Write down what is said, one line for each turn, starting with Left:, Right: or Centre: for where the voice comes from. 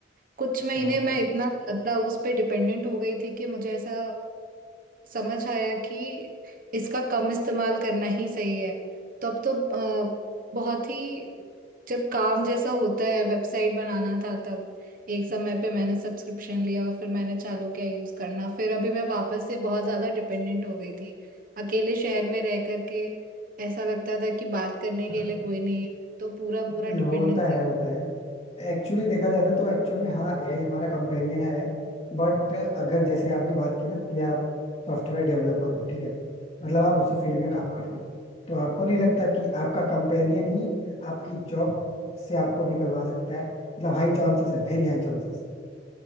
Right: कुछ
Left: अच्छा
Right: महीने मैं इतना ज्यादा उस पे डिपेंडेंट हो गई थी कि मुझे ऐसा समझ आया कि इसका कम इस्तेमाल करना ही सही है तो अब तो अ, बहुत ही जब काम जैसा होता है वेबसाइट बनाना था तब एक समय पे मैंने सब्सक्रिप्शन लिया और फिर मैंने चालू किया यूज करना फिर अभी मैं वापस से बहुत ज्यादा डिपेंडेंट हो गई थी अकेले शहर में रह करके ऐसा लगता था कि बात करने
Left: <laughs>
Right: के लिए कोई नहीं है तो पूरा पूरा
Left: नहीं
Right: डिपेंडेंसी
Left: होता है होता है एक्चुअली देखा जाए ना तो एक्चुअल में हाँ एआई हमारा कंपेनियन है बट अगर जैसे आपने बात की ना कि आप सॉफ्टवेयर डेवलपर हो ठीक है मतलब आप उसी फील्ड में काम करते हैं तो आपको नहीं लगता कि आपका कंपेनियन ही आपकी जॉब से आपको निकलवा सकता है मतलब हाई चांसेस है वेरी हाई चांसेस